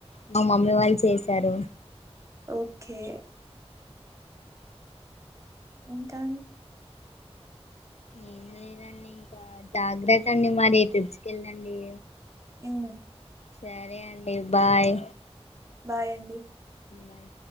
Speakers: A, on the left; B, on the right.
A: మా మమ్మీ వాళ్ళు చేసారు
B: ఒకే ఓకే ఇంకా
A: ఏం లేదండి ఇంకా జాగ్రత్త అండి మరి వెళ్ళండి
B: హు
A: సరే అండి బాయ్
B: బాయ్ అండి
A: బాయ్